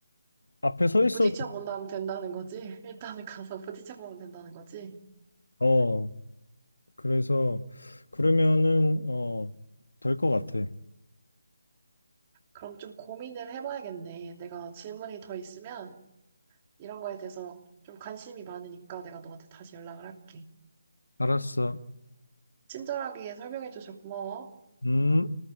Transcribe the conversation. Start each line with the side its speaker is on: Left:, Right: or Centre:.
Left: 앞에 서 있어도,
Right: 부딪혀 본다면 된다는 거지? <laughs> 일단은 가서 부딪혀 보면 된다는 거지?
Left: 어, 그래서, 그러면은, 어, 될 것 같아.
Right: 그럼 좀 고민을 해봐야겠네. 내가 질문이 더 있으면 이런 거에 대해서 좀 관심이 많으니까 내가 너한테 다시 연락을 할게.
Left: 알았어.
Right: 친절하게 설명해줘서 고마워.
Left: 음.